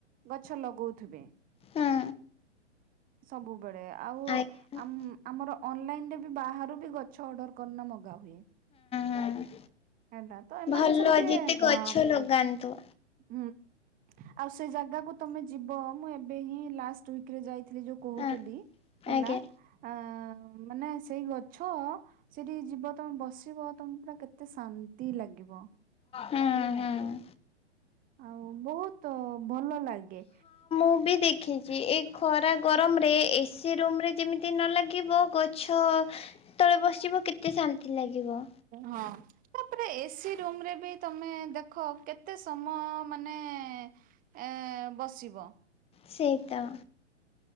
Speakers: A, on the right; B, on the left.
A: ଗଛ ଲଗଉଥିବେ।
B: ହଁ
A: ସବୁବେଳେ ଆଉ
B: ଆଜ୍ଞା
A: ଆମ୍ ଆମର ଅନଲାଇନରେବି ବାହାରୁବି ଗଛ ଅର୍ଡ଼ର କରିନ ମଗା ହୁଏ।
B: ହଁ ହଁ
A: ହେଲା ତଏମାନେ
B: ଭଲ
A: ସବୁ ଟିକେ
B: ଯେତେ ଗଛ
A: ହଁ।
B: ଲଗାନ୍ତୁ
A: ହୁଁ ଆଉ ସେଇ ଜାଗାକୁ ତମେ ଯିବ ମୁଁ ଏବେହିଁ ଲାଷ୍ଟ ୱିକରେ ଯାଇଥି ଏଯୋଉ କହୁଥିଲି
B: ହଁ
A: ହେଲା
B: ଆଜ୍ଞା
A: ଆ ମାନେ ସେଇ ଗଛ ସେଠିକି ଯିବ ତମେ ବସିବ ତମକୁ ପୁରା କେତେ ଶାନ୍ତି ଲାଗିବ।
B: ହୁଁ ହୁଁ
A: ଆଉ ବହୁତ୍ ଭଲ ଲାଗେ।
B: ମୁଁବି ଦେଖିଚି ଏଖରା ଗରମରେ ଏସି ରୁମ୍ରରେ ଯେମିତି ନଲାଗିବ ଗଛ ତଳେ ବସିବ କେତେ ଶାନ୍ତି ଲାଗିବ।
A: ହଁ। ତାପରେ ଏସି ରୁମରେବି ତମେ ଦେଖ କେତେ ସମୟ ମାନେ ଏ ବସିବ।
B: ସେଇତ।